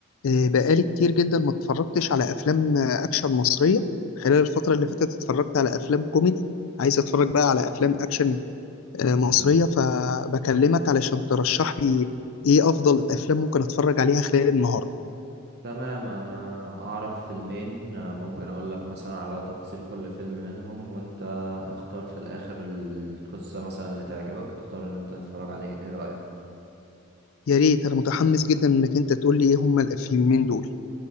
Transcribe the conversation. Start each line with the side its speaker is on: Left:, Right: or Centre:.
Left: آه، بقالي كتير جدا ما اتفرجتش على افلام آه، اكشن مصريه خلال الفتره اللي فاتت اتفرجت على افلام كوميدي عايز اتفرج بقى على افلام اكشن آه، مصريه
Right: مم.
Left: فبكلمك علشان ترشح لي ايه افضل افلام ممكن اتفرج عليها خلال النهارده
Right: تمام انا اعرف فيلمين آه، ممكن اقول لك مثلا على تفاصيل كل فيلم منهم وانت اختار في الاخر القصة مثلا اللي تعجبك اختار ان انت تتفرج عليه ايه رأيك
Left: يا ريت انا متحمس جدا انك انت تقول لي ايه هما الفيلمين دول